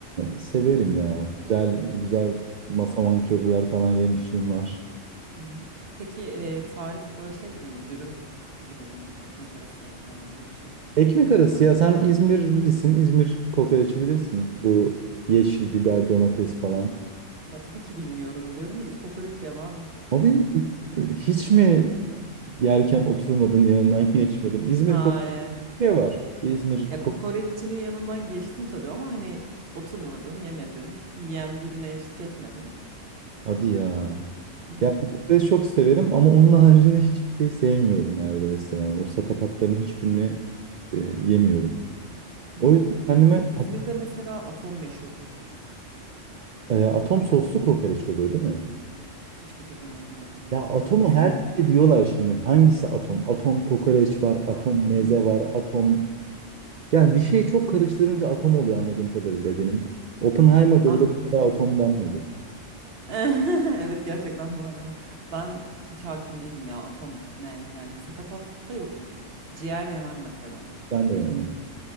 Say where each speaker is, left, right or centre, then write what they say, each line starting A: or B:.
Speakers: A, on the right; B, on the right.
A: severim ya.
B: Hı hı.
A: Güzel güzel masaman köriler falan yemişliğim var.
B: hı hı. Peki e, tarif böyle şey gibi mi? Dürüm gibi mi? Ekmek arası falan öyle bir şey mi?
A: Ekmek arası ya sen İzmirlisin. İzmir kokoreçi bilirsin. Bu yeşil biber domates falan.
B: Ya tabii ki bilmiyorum diyorum ya hiç kokoreç yemem.
A: Abi hiç mi yerken oturmadın yanından <laughs> geçmedin? İzmir
B: <laughs>
A: kokoreçi
B: Hayır.
A: var. İzmir
B: Ya
A: kok
B: kokoreççinin yanından geçtim tabii ama hani oturmadım, yemedim. Yiyen birine eşlik etmedim.
A: Hadi ya.
B: Hı hı.
A: Ya kokoreç çok severim ama onun haricinde hiçbir şey sevmiyorum neredeyse yani. O sakatatların hiçbirini e, yemiyorum.
B: Hı
A: O
B: hı.
A: yüzden kendime
B: İz- İzmir'de mesela atom meşhurdur.
A: Ee, atom soslu kokoreç oluyor değil mi?
B: Hiçbir fikrim yok ne olduğuna
A: Ya atomu
B: dair. <laughs>
A: Atom. her şey diyorlar şimdi. Hangisi atom? Atom kokoreç var, atom
B: Ba-
A: meze var, atom... Yani bir şeyi çok karıştırınca atom oluyor anladığım kadarıyla benim. Oppenheimer'da
B: ba-
A: bile bu kadar atom denmedi.
B: <laughs> Evet gerçekten bu arada. Ben hiç hakim değilim ya atom ne yani sakatatta yokum. Ciğer yemem mesela.
A: Ben de yemem.